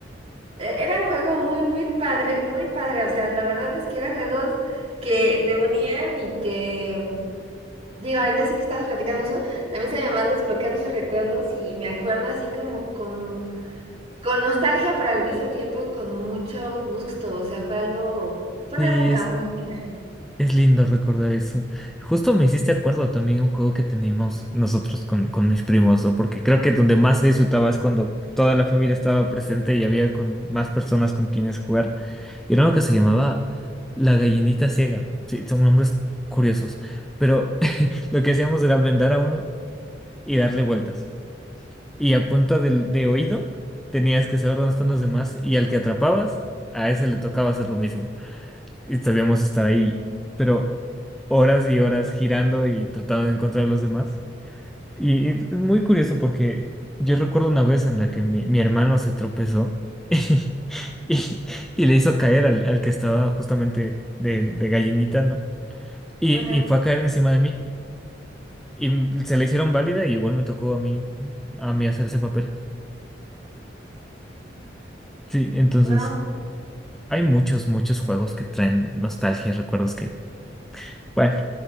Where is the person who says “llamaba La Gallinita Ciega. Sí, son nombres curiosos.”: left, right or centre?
Centre